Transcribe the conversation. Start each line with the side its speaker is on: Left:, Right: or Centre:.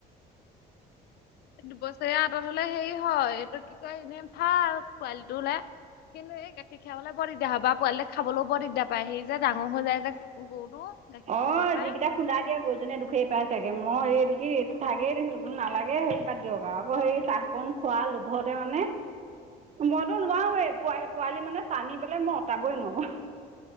Left: দুবছৰীয়া আঁতৰত হ'লে হেৰি হয়, এইটো কি কয় এনে ভাল পোৱালিটো লে কিন্তু এই গাখীৰ খিয়াবলৈ বৰ দিগদাৰ হয় বা পোৱালি লে খাবলৈও বৰ দিগদাৰ পায়, সেই যে ডাঙৰ হৈ যায় যে গৰুটো। গাখীৰ
Right: অ,
Left: খাবলৈ পায়
Right: যিকেইটা খুন্দা দিয়ে গৰুজনীয়ে দুখেই পাই চাগে, মই এইটো কি এইটো ভাগেই দিছিলো। নালাগে হেৰি বাদ দিয়ক আৰু আকৌ সেই চাহকণ খোৱা লোভতে মানে মইতো নোৱাৰো এই পোৱা -পোৱালি মানে টানি পেলাই মই আতৰাবই নোৱাৰো।